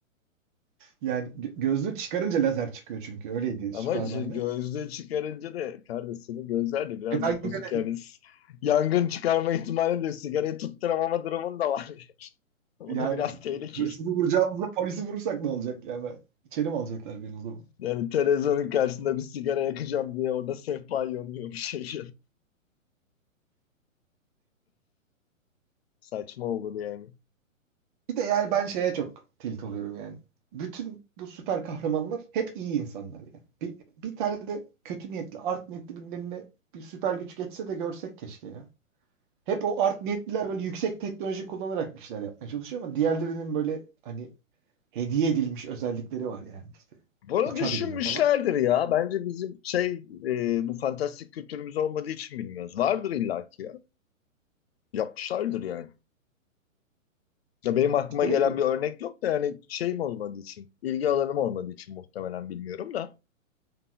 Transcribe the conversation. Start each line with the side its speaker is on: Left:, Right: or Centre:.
Right: Yani gö- gözlüğü çıkarınca lazer çıkıyor çünkü öyleydi
Left: Ama
Right: Superman'de.
Left: işte gözlüğü çıkarınca da kardeşinin gözler de birazcık
Right: E ben
Left: bozuk
Right: göremiyorum.
Left: yani S- yangın çıkarma ihtimali de sigarayı tutturamama durumun da var. <laughs> O
Right: Yani
Left: da biraz tehlikeli.
Right: hırsızı vuracağımızda polisi vurursak ne olacak? Yani ben, içeri mi alacaklar beni o zaman?
Left: Yani televizyonun karşısında bir sigara yakacağım diye orada sehpa yanıyor bir şey. <laughs> Saçma olur yani.
Right: Bir de yani ben şeye çok tilt oluyorum yani. Bütün bu süper kahramanlar hep iyi insanlar yani. Bir, bir tane de kötü niyetli, art niyetli birilerine bir süper güç geçse de görsek keşke ya. Hep o art niyetliler böyle yüksek teknoloji kullanarak bir şeyler yapmaya çalışıyor ama diğerlerinin böyle hani hediye edilmiş özellikleri var yani işte.
Left: Bunu
Right: Uçabiliyor
Left: düşünmüşlerdir
Right: falan.
Left: ya. Bence bizim şey e, bu fantastik kültürümüz olmadığı için bilmiyoruz. Vardır illaki ya. Yapmışlardır yani. Ya benim aklıma
Right: İşte
Left: gelen
Right: ne bileyim.
Left: bir örnek yok da yani şeyim olmadığı için, ilgi alanım olmadığı için muhtemelen bilmiyorum da.